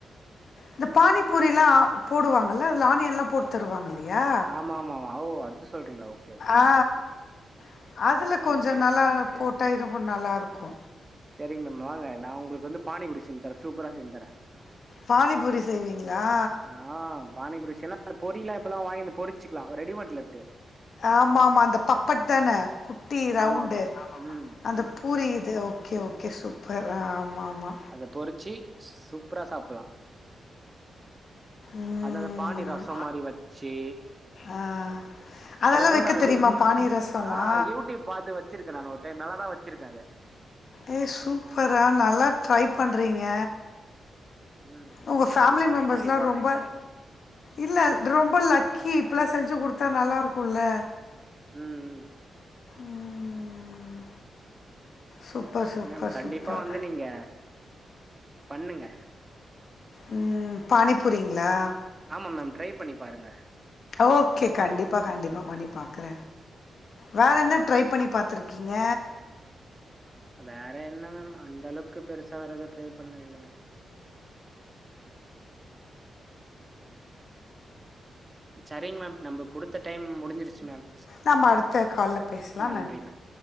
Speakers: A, on the left; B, on the right.
A: இந்த பானிபூரில்லா போடுவாங்கல்ல அதுல ஆனியன்லா போட்டுத்தருவாங்க
B: ஆ
A: இல்லயா
B: ஆமா ஆமா ஆமா ஓ அது சொல்றீங்களா ஓகே ஓகே
A: அ ஆ அதுல கொஞ்ச
B: ஓகே
A: நல்லா போட்டா இதுவு நல்லாருக்கு
B: செரி மேம் வாங்க நா உங்களுக்கு வந்து பானிபூரி செஞ்சி தரே சூப்பரா செஞ்சி தரே
A: பானிபூரி செய்விங்ளா
B: ஆ பானி பூரி செய்னா அது பொரில்லா இப்பெல்லா வாங்கின் வந்து பொரிச்சிகலா ரெடிமேட்ல இருக்கு
A: ஆமா ஆமா அந்த பப்பட் தான குட்டி ரவுண்டு
B: ஆமா ஆமா ம்
A: அந்த பூரி இது ஓகே ஓகே சூப்பர் அ ஆமா ஆமா
B: அத பொறிச்சி சூப்பரா சாப்
A: ம்
B: அது அந்த பானி ரசோ மாரி வச்சு
A: ஆ அதெல்லா
B: அத வந்து
A: வெக்க
B: நா
A: தெரிமா
B: யூ
A: பானி ரசல்லா
B: ஆ யூடியூப் பாத்து வச்சிருக்கே நானு ஒரு டைம் நல்லாதா வச்சிருக்கே அத
A: ஏ சூப்பர்ரா நல்லா ட்ரை பண்றிங்க
B: ம்
A: உங்க
B: ஏ
A: ஃபேமிலி
B: மேம் ட்ரை
A: மெம்பர்ஸ்லா
B: பண்ணி பா
A: ரொம்ப
B: ம்
A: இல்ல ரொம்ப லக்கி இப்பிலா செஞ்சு குடுத்தா நல்லாருக்குல்ல
B: ம் ம்
A: ம் சூப்பர் சூப்பர்
B: மேம் கண்டிப்பா
A: சூப்பர்
B: வந்து நீங்க பண்ணுங்க
A: ‌ம்‌ பானிபூரிங்ளா
B: ஆமா மேம் ட்ரை பண்ணி பாருங்க
A: ஓகே கண்டிப்பா கண்டிப்பா பண்ணி பாக்கற வேற என்ன ட்ரை பண்ணி பாத்துருக்கிங்க
B: வேற என்ன மேம் அந்த அளவுக்கு பெருசா வேறெது ட்ரை பண்ணதில்ல மேம் சரிங் மேம் நம்ம குடுத்த டைம் முடிஞ்சிருச்சு மேம்
A: நம்ம அடுத்த கால்ல பேசலா
B: நன்றி மேம்